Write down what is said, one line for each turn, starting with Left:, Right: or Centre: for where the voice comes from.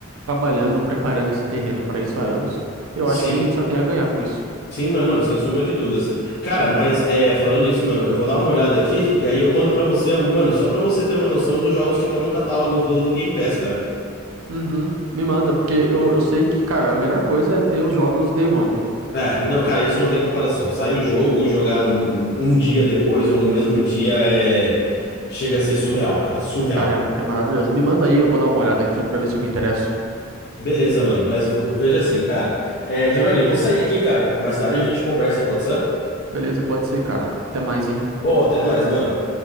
Right: trabalhando, preparando esse terreno para isso há anos. Eu
Left: Sim,
Right: acho que a gente só tem a ganhar com isso.
Left: sim, mano, mano, sem sombra de dúvidas. Cara, mas é, falando nisso, mano, eu vou dar uma olhada aqui e aí eu mando pra você algum, mano, só pra você ter uma noção dos jogos que estão no catálogo do, do Game Pass, cara.
Right: Uhum, me manda, porque eu, eu sei que, cara, a melhor coisa é ter os jogos Day One, né?
Left: É, não, cara, isso não tem comparação. Sai o jogo, jogar no, um dia depois ou no mesmo dia é. Chega a ser surreal, cara. Surreal.
Right: Cara, é, é maravilhoso. Me manda aí, eu vou dar uma olhada aqui para ver se eu me interesso.
Left: Beleza, mano. Mas v- veja assim, cara. É, Giovanni, eu vou sair aqui, cara. Mais tarde a gente conversa, pode ser?
Right: Beleza, pode ser, cara. Até mais, hein?
Left: Bom, até mais, mano.